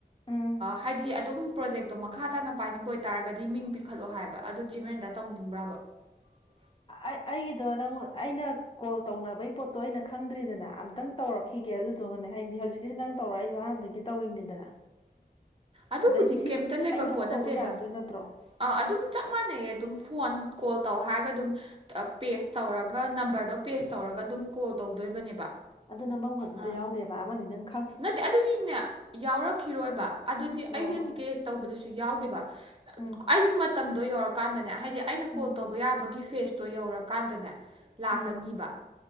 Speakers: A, on the left (about 30°); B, on the right (about 35°).
A: ꯎꯝ
B: ꯍꯥꯏꯗꯤ ꯑꯗꯨꯝ ꯄ꯭ꯔꯣꯖꯦꯛꯇꯣ ꯃꯈꯥ ꯇꯥꯅ ꯄꯥꯏꯅꯤꯡꯕ ꯑꯣꯏꯇꯥꯥꯔꯒꯗꯤ ꯃꯤꯡ ꯄꯤꯈꯠꯂꯣ ꯍꯥꯏꯕ ꯑꯗꯨ ꯆꯦꯃꯦꯟꯗ ꯇꯧꯅꯤꯡꯕ꯭ꯔꯕ <unintelligible> <inaudible>
A: ꯑꯩꯒꯤꯗꯣ ꯅꯪ ꯑꯩꯅ ꯀꯣꯜ ꯇꯧꯅꯕꯩ ꯄꯣꯠꯇꯣ ꯑꯩꯅ ꯈꯪꯗ꯭ꯔꯤꯗꯅ ꯑꯝꯇꯪ ꯇꯧꯔꯛꯈꯤ ꯒꯦ ꯑꯗꯨꯗꯨꯒꯅꯦ ꯍꯥꯏꯗꯤ ꯍꯧꯖꯤꯛꯀꯤꯁꯤ ꯅꯪ ꯇꯧꯔꯛꯏꯁꯨꯣ ꯑꯍꯥꯟꯕꯒꯤ ꯇꯧꯔꯤꯅꯤꯗꯅ
B: ꯑꯗꯨꯕꯨꯗꯤ
A: ꯑꯗꯩꯗꯤ ꯁꯤ
B: ꯀꯩꯝꯇ ꯂꯩꯕ
A: ꯑꯩꯅ ꯑꯃꯨꯛ
B: ꯄꯣꯠ ꯅꯠꯇꯦꯗ
A: ꯇꯧꯕ ꯌꯥꯔꯛꯇꯣꯏ ꯅꯠꯇ꯭ꯔꯣ
B: ꯑꯥ ꯑꯗꯨꯝ ꯆꯞ ꯃꯥꯟꯅꯩꯌꯦ ꯑꯗꯨꯝ ꯐꯣꯟ ꯀꯣꯜ ꯇꯧ ꯍꯥꯏꯔꯒ ꯑꯗꯨꯝ ꯄꯦꯁ ꯇꯧꯔꯒ ꯅꯝꯕꯔꯗꯣ ꯄꯦꯁ ꯇꯧꯔꯒ ꯑꯗꯨꯝ ꯀꯣꯜ ꯇꯧꯗꯣꯏꯕꯅꯦꯕ
A: ꯑꯗꯨ ꯅꯐꯝꯈꯛꯇ ꯑꯝꯇ
B: ꯑꯥ
A: ꯌꯥꯎꯗꯦꯕ ꯑꯃꯅꯤ ꯅꯪ
B: ꯅꯠꯇꯦ ꯑꯗꯨꯅꯤꯅꯦ ꯌꯥꯎꯔꯛꯈꯤꯔꯣꯏꯕ ꯑꯗꯨꯗꯤ
A: ꯑꯣ
B: ꯑꯩꯗꯤꯀꯦ ꯇꯧꯕꯗꯁꯨ ꯌꯥꯎꯗꯦꯕ
A: ꯎꯝ
B: ꯑꯩꯒꯤ ꯃꯇꯝꯗꯣ ꯌꯧꯔꯀꯥꯟꯗꯅꯦ ꯍꯥꯏꯗꯤ ꯑꯩꯅ
A: ꯎꯝ
B: ꯀꯣꯜ ꯇꯧꯕ ꯌꯥꯕꯒꯤ ꯐꯦꯁꯇꯣ ꯌꯧꯔꯀꯥꯟꯗꯅꯦ ꯂꯥꯛꯀꯅꯤꯕ
A: ꯎꯝ